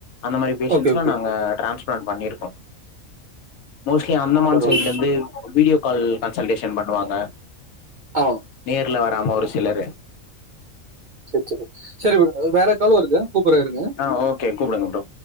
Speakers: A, on the left; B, on the right.
A: அந்த மாரி பேஷண்ட்ஸ்லா
B: ஓகே ஓகே
A: நாங்க ட்ரான்ஸ் ப்ளான் பண்ணிருக்கோ மோஸ்லி அந்தமான்
B: பரவாயில்ல
A: சைட்லேந்து வீடியோ கால் கன்சல்டேஷன் பண்ணுவாங்க
B: ஆ
A: நிய ல வராம ஒரு சிலரு
B: செரி செரி சரி வேற காலு வருது கூப்பறே இருங்க
A: ஆ ஓகே கூப்பிடுங்க ப்ரோ